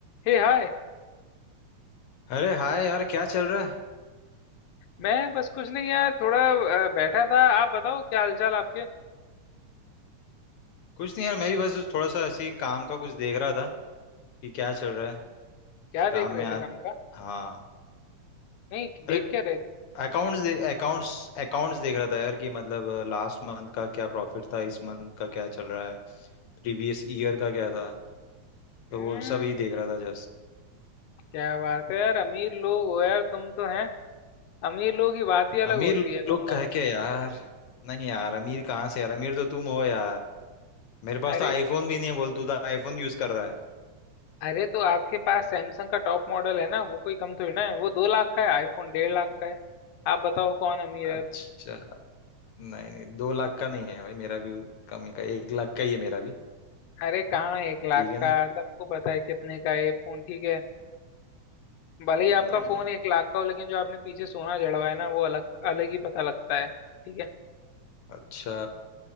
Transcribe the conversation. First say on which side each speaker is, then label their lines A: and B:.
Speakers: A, on the left (about 85°); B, on the left (about 70°).
A: हे hi
B: अरे हाय यार क्या चल रहा है
A: मैं बस कुछ नहीं यार थोड़ा अ, बैठा था आप बताओ क्या हालचाल आपके
B: कुछ नहीं यार मैं भी बस थोड़ा सा ऐसे ही काम का कुछ देख रहा था कि क्या चल रहा है
A: क्या देख
B: काम
A: रहे
B: में आज
A: थे काम का
B: हाँ
A: नहीं देख
B: अरे
A: क्या रहे थे
B: अकाउंट्स अकाउंट्स अकाउंट्स देख रहा था यार कि मतलब लास्ट मंथ का क्या प्रॉफिट था इस मंथ का क्या चल रहा है प्रीवियस ईयर का क्या था तो
A: हम्म
B: वो सब ही देख रहा था जस्ट
A: क्या बात है यार अमीर लोग हो यार तुम तो हैं अमीर लोगों की बात ही अलग
B: अमीर
A: होती है
B: लोग
A: मतलब
B: कह के यार नहीं यार अमीर कहाँ से यार अमीर तो तुम हो यार मेरे पास
A: अरे
B: तो आईफोन भी नहीं है बोल तू तो आईफोन यूज कर रहा है
A: अरे तो आपके पास सैमसंग का टॉप मॉडल है ना वो कोई कम थोड़ी ना है वो दो लाख का है आईफोन डेढ़ लाख का है आप बताओ कौन अमीर
B: अच्छा
A: है अब?
B: नहीं नहीं दो लाख का नहीं है भाई मेरा भी कम ही का एक लाख का ही है मेरा भी
A: अरे कहाँ एक लाख
B: ठीक है
A: का
B: ना
A: सबको पता है कितने का है ये फोन ठीक है भले ही आपका
B: नहीं नहीं
A: फोन एक लाख का हो लेकिन जो आपने पीछे सोना जड़वा है ना वो अलग अलग ही पता लगता है ठीक है
B: अच्छा